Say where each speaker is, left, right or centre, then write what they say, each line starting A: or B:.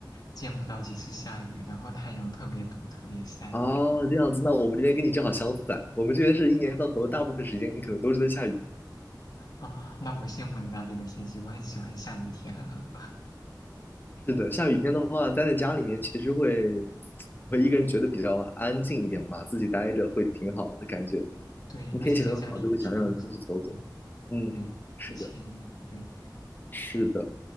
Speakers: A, on the left; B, on the left.
A: 见不到几次下雨，然后太阳特别毒，特别晒
B: 哦，这样子，那我们这边跟你正好相反，我们这边是一年到头大部分时间可能都是在下雨
A: 啊。那我羡慕你那边的天气，我很喜欢下雨天。<laughs>
B: 是的，下雨天的话，待在家里面其实会会一个人觉得比较安静一点吧，自己待着会挺好的感觉。
A: 对，
B: 那天气很好，
A: 而且在家里一听雨声，
B: 就会想让人出去走走。
A: 嗯，
B: 嗯，
A: 对，
B: 是的，
A: 很惬意。对，
B: 是的。